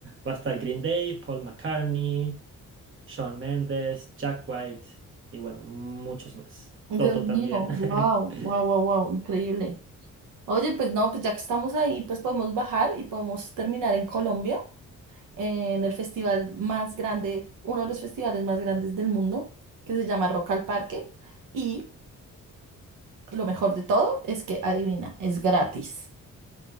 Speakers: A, on the right; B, on the right.
A: Va a estar Green Day, Paul McCartney, Shawn Mendes, Jack White y bueno, muchos más.
B: <laughs> Dios
A: Toto
B: mío,
A: también.
B: wow,
A: <laughs>
B: wow, wow, wow, increíble. Oye, pues no, pues ya que estamos ahí, pues podemos bajar y podemos terminar en Colombia, en el festival más grande, uno de los festivales más grandes del mundo, que se llama Rock al Parque. Y lo mejor de todo es que, adivina, es gratis.